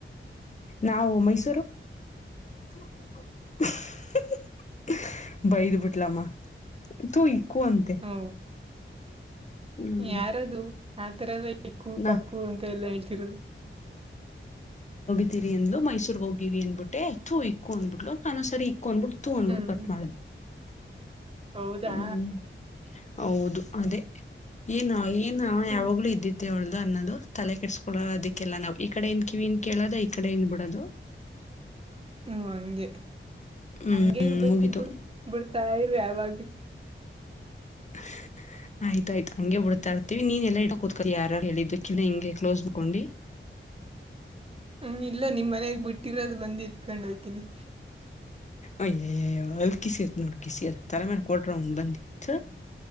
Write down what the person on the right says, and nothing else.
ಓ
ಯಾರದು ಆ ತರದ ಇಕ್ಕು
ಪಕ್ಕು ಅಂತ ಎಲ್ಲ ಹೇಳ್ತಿರೋದು
ಹ್ಮ್
ಹೌದಾ
ಹ್ಮ್
ಹ್ಮ ಹಂಗೆ
ಹಂಗೆ ಇರ್ಬೇಕು
ಬಿಡು ಬಿಡ್ತಾ ಇರ್ ಯಾವಾಗ್ಲೂ
ಹ್ಮ್ ಇಲ್ಲ ನಿಮ್ ಮನಗ್ ಬಿಟ್ಟಿರೋದು ಬಂದ ಇಟ್ಕೊಂಡ್ ಹೋಗತೀನಿ